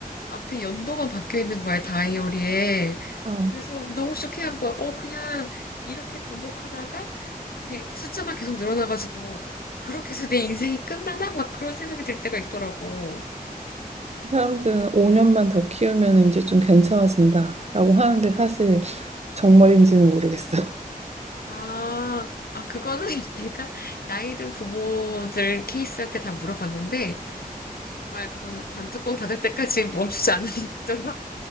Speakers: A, on the left; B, on the right.
A: 앞에 연도만 바뀌어 있는 거야, 다이어리에.
B: 아,
A: 그래서 너무 쇼킹한 거야. 어, 그냥 이렇게 반복하다가 이게 숫자만 계속 늘어나가지고 그렇게 해서 내 인생이 끝나나? 막 그런 생각이 들 때가 있더라고.
B: 사람들은 5년만 더 키우면 이제 좀 괜찮아진다라고 하는데 사실 정말인지는 모르겠어.
A: 아, 아, 그거는 <laughs> 내가 나이든 부모들 케이스한테 다 물어봤는데 정말 그거는 관뚜껑 닫을 때까지 멈추지 않으니까 <laughs> 정말